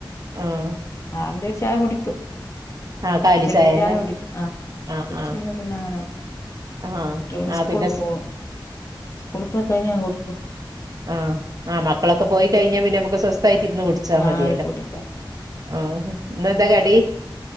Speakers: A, on the right (about 50°); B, on the left (about 35°).
A: ആഹ്
B: രാവിലെ ഒരു ചായ കുടിക്കും.
A: ആ കാലി
B: ചെറിയ
A: ചായല്ലേ
B: ചായ കുടിക്കും. ആ
A: ആ
B: കുടിച്ചയ്ഞ്ഞ
A: ആ
B: പിന്നെ അങ്ങനെ കുട്ട്യള്
A: ആ ആ
B: ഉസ്കൂളിൽ
A: പിന്നെ സ്
B: പോം ഉസ്കൂളിൽ പോയി കയ്ഞ്ഞാ ഞാൻ കുടിക്കും.
A: ആഹ് ആഹ് മക്കളൊക്കെ പോയി കഴിഞ്ഞാ പിന്നെമ്മക്ക് സ്വസ്ഥായിട്ടിരുന്ന് കുടിച്ചാ മതിയല്ലോ.
B: ആഹ് കുടിക്കും
A: ആഹ് ഇന്നന്താ കടി.